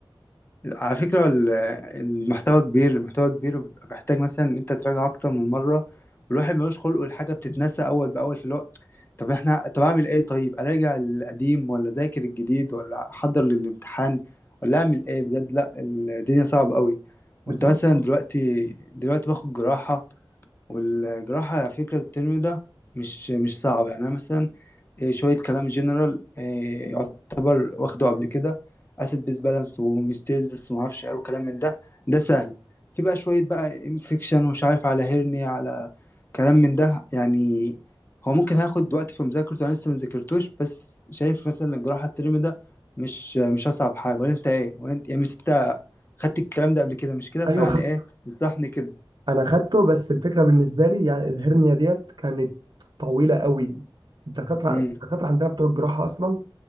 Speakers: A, on the left; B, on the right.
A: على فكرة ال- المحتوى كبير المحتوى كبير وبيبقى محتاج مثلا ان انت تراجع اكتر من مرة والواحد ملوش خلق والحاجة بتتنسى اول باول في الوقت طب احنا طب اعمل ايه طيب اراجع القديم ولا ذاكر الجديد ولا احضر للامتحان ولا اعمل ايه بجد لا الدنيا صعبة قوي
B: بالظبط
A: وانت مثلا دلوقتي دلوقتي باخد جراحة والجراحة على فكرة الترم ده مش مش صعب يعني انا مثلا إيه، شوية كلام جنرال إيه، يعتبر واخده قبل كده اسيد بيس بالانس وهيوستيزيس ومعرفش ايه وكلام من ده ده سهل في بقى شوية بقى انفكشن ومش عارف على هيرنيا على كلام من ده يعني هو ممكن هاخد وقت في مذاكرته انا لسه ما ذاكرتوش بس شايف مثلا الجراحة الترم ده مش مش اصعب حاجة ولا انت ايه ولا انت يعني مش انت خدت الكلام ده قبل كده مش كده
B: ايوه
A: فيعني
B: خدت
A: ايه انصحني كده
B: انا خدته بس الفكره بالنسبه لي يعني الهرنيه ديت كانت طويله قوي الدكاتره
A: امم
B: الدكاتره عندنا بتوع الجراحه اصلا